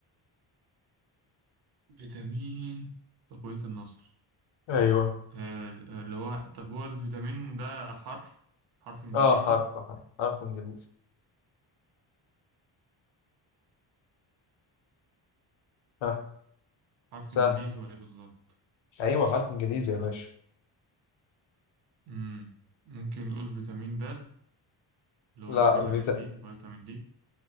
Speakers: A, on the right; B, on the left.
A: فيتامين تقوية النصر
B: ايوه
A: آه، آه، اللي هو طب هو الفيتامين ده حرف حرف انجليزي
B: اه حرف حرف, حرف انجليزي ها
A: حرف
B: سهل
A: انجليزي ولا ايه بالظبط
B: ايوه حرف انجليزي يا باشا
A: مم. ممكن نقول فيتامين د اللي هو
B: لا
A: فيتامين
B: فيتا...
A: دي فيتامين دي